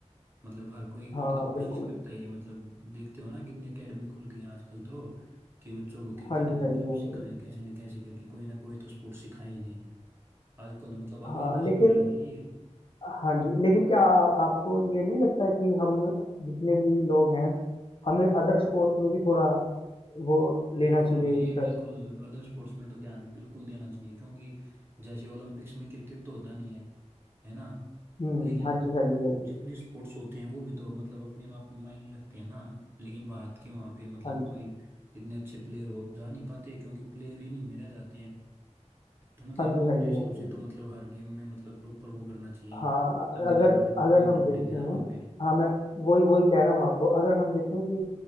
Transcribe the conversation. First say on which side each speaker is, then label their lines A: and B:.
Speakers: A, on the right; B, on the left.
A: मतलब हर कोई एक
B: हाँ
A: बार तो कोशिश
B: बिल्कुल
A: करता ही है मतलब देखते हो ना कितनी एकेडमी खुल गई हैं आजकल तो कि बच्चों को क्रिकेट
B: हाँ जी
A: में मतलब
B: हाँ जी हाँ
A: सिखाएं
B: जी हाँ जी।
A: कैसे न कैसे करके कोई ना कोई तो स्पोर्ट्स सिखा ही दें आजकल तो मतलब अवेयरनेस
B: हाँ लेकिन
A: तो आ गई है
B: हाँ जी लेकिन क्या आ, आपको ये नहीं लगता है कि हम जितने भी लोग हैं हमें अदर स्पोर्ट्स में भी थोड़ा वो
A: बिल्कुल
B: लेना चाहिए
A: भाई
B: इंटरेस्ट
A: बिल्कुल अदर स्पोर्ट्स में तो ध्यान बिल्कुल देना चाहिए क्योंकि जैसे ओलंपिक्स में क्रिकेट तो होता नहीं है है ना
B: हम्म
A: लेकिन
B: हाँ जी हाँ जी हाँ जी
A: जितने स्पोर्ट्स होते हैं वो भी तो मतलब अपने आप में मायने रखते हैं ना लेकिन भारत के वहाँ पे मतलब
B: हाँ जी
A: कोई इतने अच्छे प्लेयर हो जा नहीं पाते क्योंकि प्लेयर ही नहीं में रह जाते हैं तो मतलब
B: हाँ जी
A: मेरे
B: हाँ जी
A: हिसाब
B: हाँ
A: से
B: जी
A: तो मतलब हर गेम में मतलब प्रॉपर वो करना चाहिए
B: हाँ
A: तभी
B: अगर
A: तो मतलब
B: अगर
A: पॉइंट
B: हम
A: मिलेंगे
B: देखें
A: ना वहाँ पे
B: हाँ मैं वही वही कह रहा हूँ आपको अगर हम देखें कि